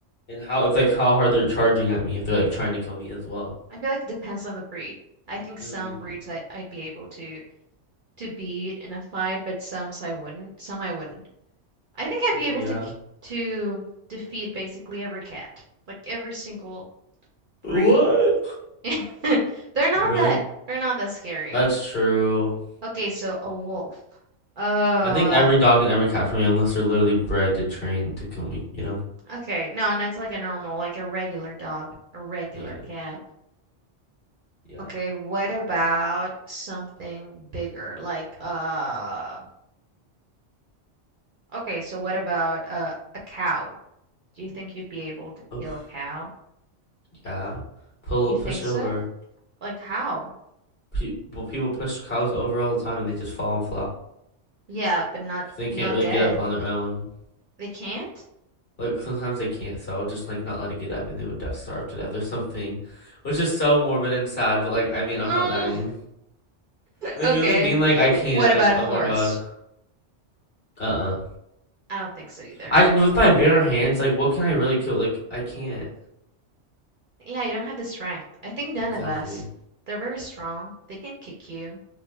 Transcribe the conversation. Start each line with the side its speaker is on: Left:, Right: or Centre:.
Left: And how if like how hard they're charging at me if they're like trying to kill me as well.
Right: I feel like it depends on the breed. I think
Left: hmm
Right: some breeds I, I'd be able to to beat in a fight, but some I wouldn't. Some I wouldn't. I think I'd
Left: No,
Right: be able
Left: yeah.
Right: to k- to defeat basically every cat, like every single
Left: What?
Right: breed. <laughs> They're not
Left: Really?
Right: that they're not that scary.
Left: That's true.
Right: Okay, so a wolf. Uh,
Left: I think every dog and every cat for me, unless they're literally bred to train to kill me, you know?
Right: okay. No, and it's like a normal, like a regular dog, a regular
Left: Yeah.
Right: cat.
Left: Yeah.
Right: Okay, what about something bigger? Like uh, okay, so what about uh, a cow? Do you think you'd be able to
Left: Oof.
Right: kill a cow?
Left: Yeah. Pull
Right: You think
Left: push
Right: so?
Left: it over.
Right: Like how?
Left: Pe- well, people push cows over all the time and they just fall and flop.
Right: Yeah, but not
Left: 'Cause They can't
Right: not
Left: really
Right: dead.
Left: get up on their own.
Right: They can't?
Left: Like sometimes they can't, so I'll just like not let it get up and they would die, starve to death or something, which is so morbid and sad. But like, I mean,
Right: No.
Left: I'm not dying.
Right: <laughs>
Left: Like,
Right: Okay.
Left: you know what I mean? Like, I
Right: <laughs>
Left: can't.
Right: What about
Left: Like,
Right: a
Left: oh
Right: horse?
Left: my god. Uh-uh.
Right: I don't think so either.
Left: I with my bare hands. Like, what can I really kill? Like, I can't.
Right: Yeah, you don't have the strength. I think none
Left: Exactly.
Right: of us. They're very strong. They can kick you,